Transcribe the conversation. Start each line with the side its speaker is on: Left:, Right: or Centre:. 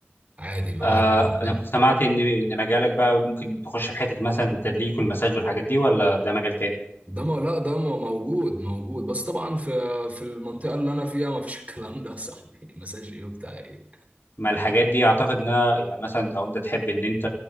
Right: عادي اللي
Left: آه
Right: هو هيجي مثلا
Left: انا كنت سمعت ان ان مجالك بقى ممكن تخش في حته مثلا التدليك والمساج والحاجات دي ولا ده مجال تاني
Right: ده ما لا ده م- موجود موجود بس طبعا في في المنطقه اللي انا فيها ما فيش <laughs> الكلام ده يا صاحبي <laughs> مساج ايه وبتاع ايه
Left: ما الحاجات دي اعتقد انها لو مثلا لو انت تحب ان انت